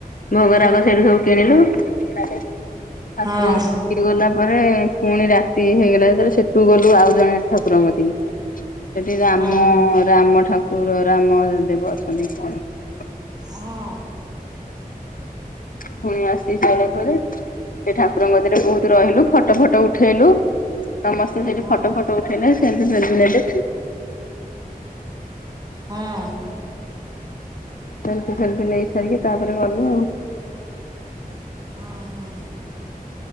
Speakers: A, on the left; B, on the right.
A: ଭୋଗରାଗ
B: ହୁଁ
A: ସେଇଠୁ ସବୁ କିଣିଲୁ। ତାପ ଠାକୁର
B: ହଁ
A: ଗଲା ପରେ ପୁଣି ରାତି ହେଇଗଲା ଯେତେବେଳେ ସେଠୁ ଗଲୁ ଆଉ ଜଣେ ଠାକୁରଙ୍କ କତିକି ଦ ସେଠି ରାମ
B: ହଁ ହଁ
A: ରାମ ଠାକୁର ରାମ <unintelligible>
B: ହଁ।
A: ଫୁଣି ଆସି ସାଈଲାପରେ ସେ ଠାକୁରଙ୍କ କତିରେରେ ବୋହୁତ ରହିଲୁ ଫଟୋ ଫଟ ଉଠେଇଲୁ। ସମସ୍ତେ ସେଇଠି
B: ହଁ
A: ଫଟୋ
B: ହଁ
A: ଫଟୋ ଉଠେଇଲେ ସେମିତି ସେମିତି <unintelligible> ନେଲେ।
B: ହଁ।
A: ସେଲ୍ଫି ଫେଲ୍ଫି ନେଇ ସାରିକି ତାପରେ ଗଲୁ ଆଉ।
B: ଓହୋ